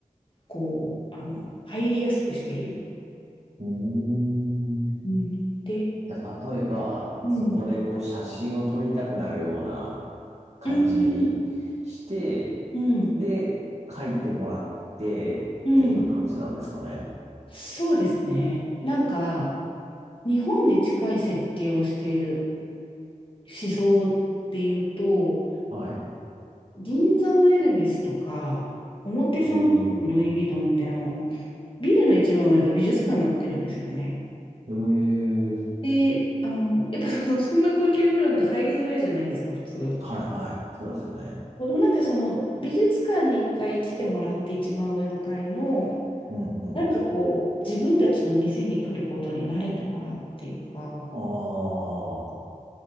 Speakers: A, on the left; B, on the right.
A: こう、あの、入りやすくしてる。
B: うーん。
A: うん。で、
B: じゃあ、例えば、
A: うん。
B: そこでこう写真を撮りたくなるような感じにして、
A: うん。うん。
B: で、書いてもらってっていう感じなんですかね。
A: うん。そうですね。なんか、日本で近い設計をしている思想っていうと、
B: はい。
A: 銀座のエルメスとか、表参道のルイ・
B: おー。
A: ヴィトンって、あの、ビルの一番上が美術館になってるんですよね。
B: へえ。
A: で、あの、やっぱその、そんな高級ブランド入りづらいじゃないですか、普通。
B: はいはい。そうですよね。
A: でもなんかその、美術館に一回来てもらって一番上の階の、
B: うんうん。
A: なんかこう、自分たちの店に来ることに慣れてもらうっていうか、
B: ああ。